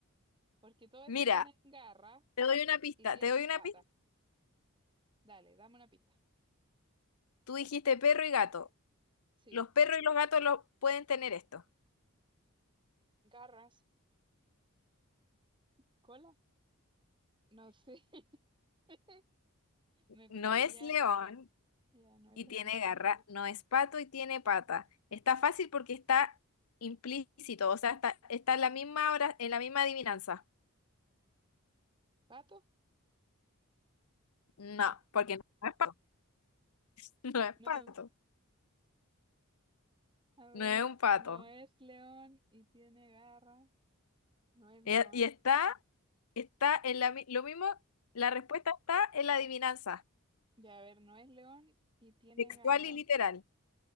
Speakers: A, on the right; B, on the left.
A: porque todos
B: Mira,
A: esos tienen garras
B: te doy una pista,
A: y tienen
B: te doy una
A: patas.
B: pista.
A: Dale, dame una pista.
B: Tú dijiste perro y gato.
A: Sí,
B: Los perros y los gatos lo pueden tener esto.
A: garras, cola. No sé, <laughs> me
B: No
A: perdí
B: es
A: ya.
B: león
A: Co- Ya no es
B: y
A: león.
B: tiene garra, no es pato y tiene pata. Está fácil porque está implícito, o sea, está, está en la misma hora, en la misma adivinanza.
A: ¿Pato?
B: No, porque no es pato, <laughs> no es
A: No,
B: pato,
A: a ver,
B: no es un pato.
A: no es león y tiene garras. No es león.
B: Eh, Y está Está en la, mi- lo mismo, la respuesta está en la adivinanza,
A: Ya, a ver, no es león y tiene
B: textual
A: garras.
B: y literal.